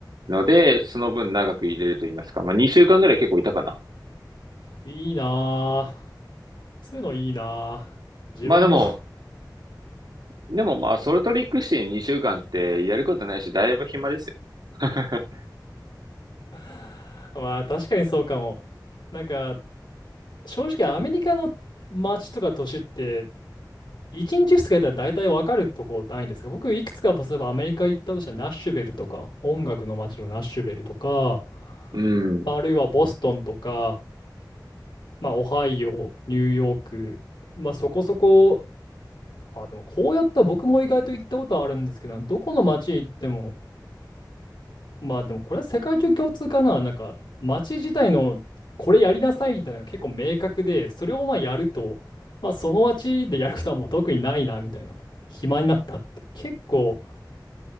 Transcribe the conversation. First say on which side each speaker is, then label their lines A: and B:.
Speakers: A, on the right; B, on the left.
A: ので、その分長く入れると言いますか、まあ、2週間ぐらい結構いたかな。
B: いいなぁ。そういうのいいなぁ。自分の
A: まあでも、でもまあ、ソルトレイク市2週間ってやることないし、だいぶ暇ですよ。<laughs>
B: <laughs> まあ、確かにそうかも。なんか、正直、アメリカの街とか都市って、1日2日やったら大体わかるとこないんですが、僕いくつか、例えばアメリカ行ったとしたらナッシュベルとか、音楽の街のナッシュベルとか、
A: うん。
B: まあ、あるいはボストンとか、まあ、オハイオ、ニューヨーク、まあ、そこそこ、あ、でもこうやったら僕も意外と行ったことあるんですけど、どこの街行ってもまあでもこれは世界中共通かな。なんか街自体のこれやりなさいみたいなのが結構明確で、それをまあやると、まあその街でやることはもう特にないなみたいな。暇になったって結構